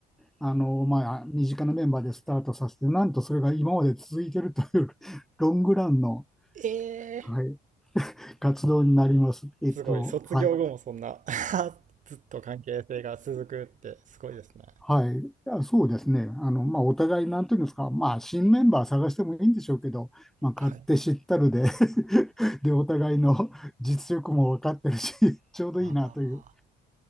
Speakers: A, in the centre; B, on the right.
A: あの、まあ、身近なメンバーでスタートさせて、なんとそれが今まで続いてるという <laughs> ロングランの、
B: ええ
A: はい、活動になります。えっと、
B: すごい。卒業後もそんな
A: はい、
B: <laughs> ずっと関係性が続くってすごいですね。
A: はい、あそうですね、あのまあ、お互い、なんていうんですか、まあ、新メンバー探してもいいんでしょうけど、まあ、勝手知ったるで
B: はい。
A: <laughs> で、お互いの実力も分かってるし、<laughs> ちょうどいいなという
B: ああ。